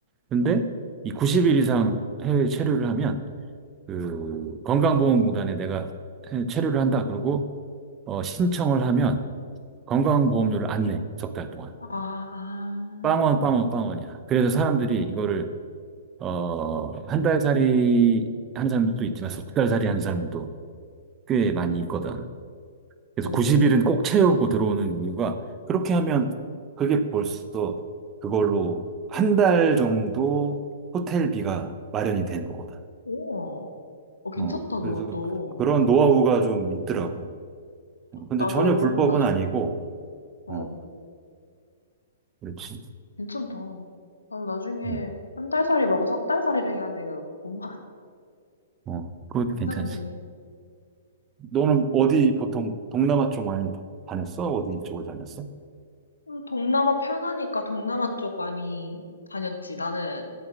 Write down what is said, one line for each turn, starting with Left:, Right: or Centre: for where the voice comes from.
Right: 근데
Left: 어.
Right: 이 90일 이상 해외 체류를 하면 그 건강보험공단에 내가 해외 체류를 한다. 그러고 어, 신청을 하면 건강보험료를 안 내. 석 달 동안.
Left: 아, 아.
Right: 빵원, 빵원, 빵원이야. 그래서 사람들이 이거를 어, 한 달 살이 하는 사람들도 있지만 석 달 살이 하는 사람들도 꽤 많이 있거든. 그래서
Left: 오,
Right: 90일은 꼭 채우고 들어오는 이유가 그렇게 하면 그게 벌써 그걸로 한 달 정도 호텔비가 마련이 된 거거든.
Left: 우와. 어, 괜찮다,
Right: 어, 그래서
Left: 그것도.
Right: 그런 노하우가 좀 있더라고. 어, 근데
Left: 나도
Right: 전혀
Left: 그러면
Right: 불법은
Left: 나중에,
Right: 아니고,
Left: 어,
Right: 어, 그렇지.
Left: 괜찮다. 나도 나중에
Right: 음,
Left: 한 달살이 말고 석 달살이를 해야 돼. 그, <laughs>
Right: 어, 그거
Left: 괜찮네.
Right: 괜찮지. 너는 어디 보통 동남아 쪽 많이 다녔어? 어디 쪽을 다녔어?
Left: 음, 동남아 편하니까 동남아 쪽 많이 다녔지. 나는